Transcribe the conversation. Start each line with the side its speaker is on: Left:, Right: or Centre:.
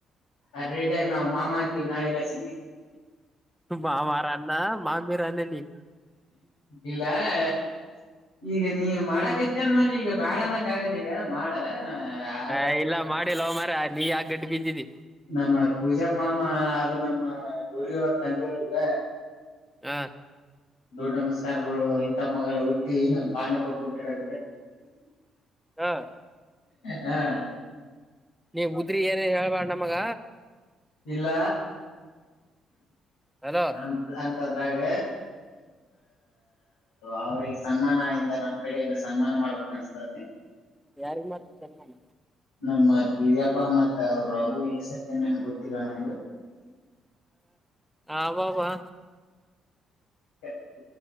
Left: ಅ ರೆಡಿಯಗ ನಾವವು ಮಾಮ ಅಂತೀವ್ ನಾಳೆಲ್ಲಸಿ
Centre: ಮಾವಾರನ್ನ ಮಾಮೀರನ್ನ ನೀ
Left: ಇಲಾಯ ಈಗ ನೀವ ಮಾಡಕೈತಿ ಅಂದ್ಮೇಲೆ ಈಗ ಬ್ಯಾಡ ಅನಕ್ ಆಗಲ್ಲ ಈಗ ಮಾಡ ಆಗ
Centre: ಹ ಇಲ್ಲ ಮಾಡಿಲ್ಲ ಅವ ಮಾರ ನೀ ಯಾಕ್ ಗಡ್ಡಿ ಬಿದ್ದಿದಿ
Left: ನಮ್ಮ ಪೂಜಾ ಮಾಮ ಆದ ನಮ್ಮ ಗೌರಿವರ ತಂಗಿಯವರುದ
Centre: ಹ
Left: ದೊಡ್ ನಮಸ್ಕಾರಗಳು ಇಂಥ ಮಗಳು ಹುಟ್ಟಿ ಇನ್ನೊಂದು ಪಾಂಡಪ್ಪ ಕೊಟ್ಟಿರ
Centre: ಹಾ
Left: ಹಾ
Centre: ನೀ ಉದ್ರಿ ಏನೇ ಹೇಳ್ಬಾರ ನಮ್ಮಗ
Left: ಇಲ್ಲ
Centre: ಹಲೋ
Left: ಅ ಅ ದ್ರಾಗ ಅವ್ರಿಗೆ ಸನ್ಮಾನ ಇಂದ ನಮ್ ಕಡೆಯಿಂದ ಸನ್ಮಾನ ಮಾಡ್ಬೇಕ ಅನ್ಸ್ತತಿ
Centre: ಯಾರಿಗ್ ಮಾತ್ರ ಸನ್ಮಾನ
Left: ನಮ್ಮಜಪ್ಪ ಮತ್ ಅವರು ರು ಹೆಸರಿನೇನ್ ಗೊತ್ತಿಲ್ಲ ನಮ್ಗೆ
Centre: ಅಬ್ಬಬ್ಬಾ
Left: <inaudible> <unintelligible>